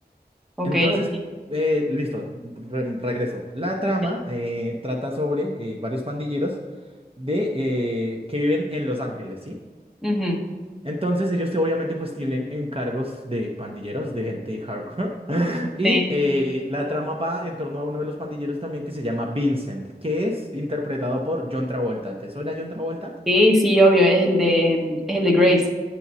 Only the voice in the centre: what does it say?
ok,
ok.
Sí.
Ujú.
Sí.
Sí, sí, obvio, es el de, es el de Grace.